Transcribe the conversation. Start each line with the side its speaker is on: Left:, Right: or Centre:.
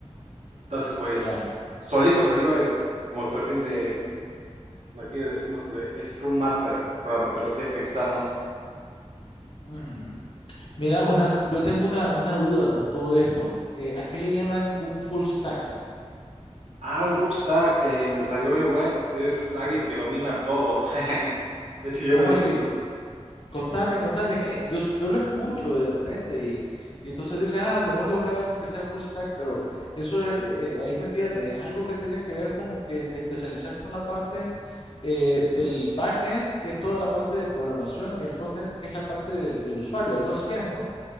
Right: Entonces, pues
Left: Ya.
Right: solito salió el como el perfil de Aquí le decimos de- Scrum Master por la metodología que usamos.
Left: Ujú. Mira, una, yo tengo una, una duda con todo esto. Eh, ¿a qué le llaman un full stack?
Right: Ah, un full stack en desarrollo web es alguien que domina todo. <laughs> De hecho, yo
Left: ¿Cómo
Right: me dedico
Left: así?
Right: a eso.
Left: Contame, contame, es que yo, s- yo lo escucho de repente y, y entonces dicen, ah, tenemos que buscar a alguien que sea full stack, pero eso es, eh, eh, ahí me pierde. Es algo que tiene que ver con que te especializas con la parte eh, del backend, que es toda la parte de programación, y el frontend, que es la parte del, del usuario, algo así es, ¿no?